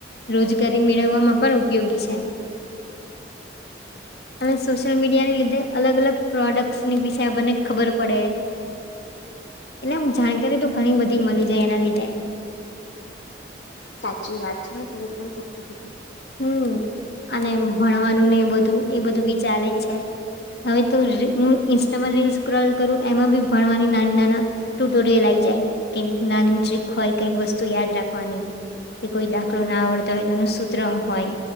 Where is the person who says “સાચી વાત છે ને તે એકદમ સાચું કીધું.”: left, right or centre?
Left